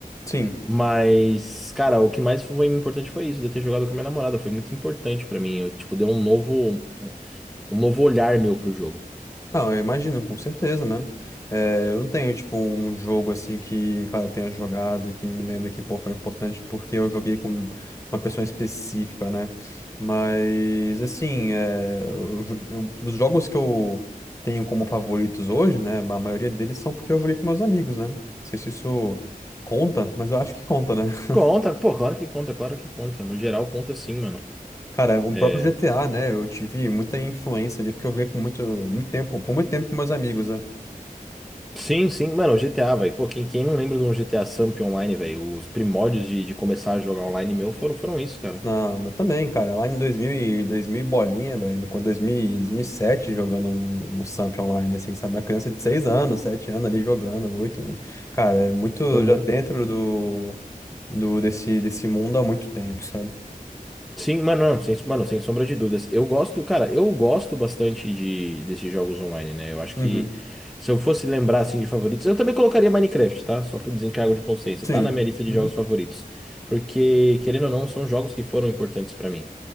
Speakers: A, on the left; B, in the centre.
A: Sim.
B: Mas, cara, o que mais foi importante foi isso, de eu ter jogado com a minha namorada, foi muito importante pra mim. Eu, tipo, deu um novo, um um novo olhar meu pro jogo.
A: Não, eu imagino, com certeza, né? Eh, eu não tenho, tipo, um jogo assim que, cara, eu tenha jogado e que me lembra que, pô, foi importante porque eu joguei com uma pessoa específica, né? Mas, assim, eh, eu jo- eu- os jogos que eu tenho como favoritos hoje, né? A maioria deles são porque eu joguei com meus amigos, né? Não sei se isso conta, mas eu acho que conta, né? <laughs>
B: Conta, pô, claro que conta, claro que conta. No geral conta sim, mano.
A: Cara, o
B: é,
A: próprio GTA, né? Eu tive muita influência ali porque eu joguei com muito, muito tempo, por muito tempo com meus amigos, né?
B: Sim, sim, mano, o GTA, velho. Pô, quem, quem não lembra de um GTA Samp online, velho? Os primórdios de, de começar a jogar online meu foram, foram isso, cara.
A: Não, mas também, cara, lá em 2000 e 2000 e bolinha, velho, com 2000, e 2007 jogando um, um Samp online, assim, sabe? Uma criança de 6 anos, 7 anos ali jogando, 8 anos. Cara, é muito
B: Aham.
A: já dentro do, do desse, desse mundo há muito tempo, sabe?
B: Sim, mano, não, sem, mano, sem sombra de dúvidas. Eu gosto, cara, eu gosto bastante de, desses jogos online, né? Eu acho
A: Uhum.
B: que se eu fosse lembrar, assim, de favoritos, eu também colocaria Minecraft, tá? Só por desencargo de consciência.
A: Sim.
B: Tá na minha lista de
A: Uhum.
B: jogos favoritos. Porque, querendo ou não, são jogos que foram importantes pra mim.